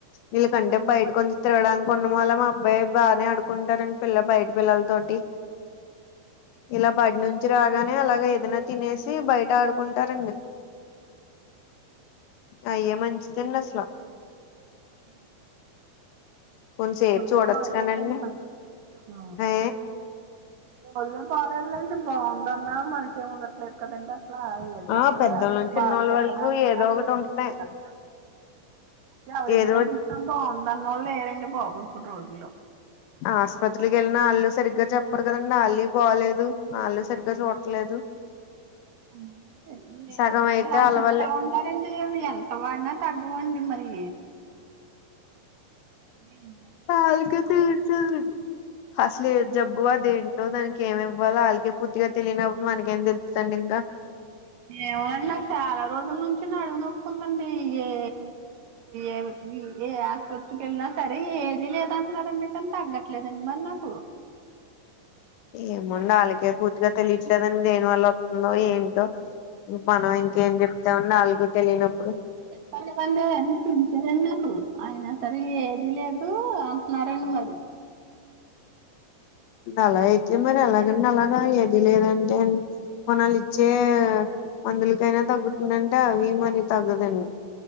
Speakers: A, on the left; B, on the right.
A: వీళ్ళకంటే బయట కొంచ్ తిరగడానికి కున్న మాల్లే మా అబ్బాయి బానే ఆడుకుంటారండి పిల్ల బయట పిల్లల తోటి ఇలా బడి నుంచి రాగానే అలాగ ఏదైనా తినేసి బయట ఆడుకుంటారండి అయ్య మంచిదండి అసలు
B: హ
A: కొంతసేపు
B: మొదలే
A: చూడొచ్చు
B: బాలలేదు
A: కానండి
B: అన్ ఆ
A: ఏ
B: రోజులే బాలేదులేండి బాగుంది అన్న మనిషే ఉండట్లేదు కదండి అట్లా ఏటో
A: ఆ పెద్దోళ్ళ
B: యాటో
A: నుంచి
B: బాధ
A: చిన్నోళ్ళ
B: పడుతూనే
A: వరకు
B: ఉన్నారండి
A: ఏదో ఒకటి
B: మీర్
A: ఉంటున్నాయి
B: నిన్న ఎవరింట్లో
A: ఏదో
B: చూసినా బాగుంది అన్ననోళ్ళు లేరండి బాబు ఇప్పుడు రోజుల్లో
A: ఆస్పత్రిలకి వెళ్ళినా వాళ్ళు సరిగ్గా చెప్పరు కదండి వాళ్ళీ బాగలేదు వాళ్ళు సరిగ్గా చూడట్లేదు
B: అంతే ఏవేవో
A: సగం అయితే
B: రాసితాన్
A: అలవల్లే
B: ఇస్తారండి అవి ఎంత వాడినా తగ్గవండి మరి ఎండా
A: <unintelligible> అసల ఏం జబ్బు అదేంటో దానికి ఏమివ్వాలో ఆల్కే పూర్తిగా తెలినినప్పుడు మనకేం తెలుతదండి ఇంకా
B: ఏవండి నాకు సాలా రోజుల నుంచి నడుము నొప్పి ఉందండి ఏ ఏవి ఏ ఆసుపత్రికి వెళ్ళినా సరే ఏది లేదంటున్నారు అని తగ్గట్లేదండి మర్ నాక్ పు
A: ఏమో అండి ఆళ్ళకే పూర్తిగా తెలియట్లేదని దేని వల్ల వతుందో ఏంటో మనం ఇంకేం చెప్తా ఉన్నా ఆలకే తెలియనప్పుడు
B: పంత వందివన్న తిసారండి నాకు అయినా సరే <unintelligible> మరి
A: అలా అయితే మరి ఎలాగండి అలాగ ఏది లేదంటే కొనాల ఇచ్చే మందులకైనా తగ్గుతుందంటే అవి మరి తగ్గదండి